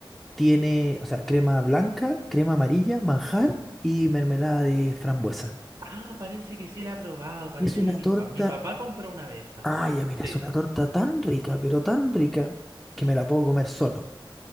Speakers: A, in the centre; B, on the right (about 55°).
A: tiene, o sea, crema blanca, crema amarilla, manjar y mermelada de frambuesa.
B: ah, parece que sí la he probado, parece
A: Y Es una
B: que mi,
A: torta,
B: pa- mi papá compró una vez esas.
A: ay, ya mira,
B: Sí.
A: es una torta tan rica, pero tan rica, que me la puedo comer solo.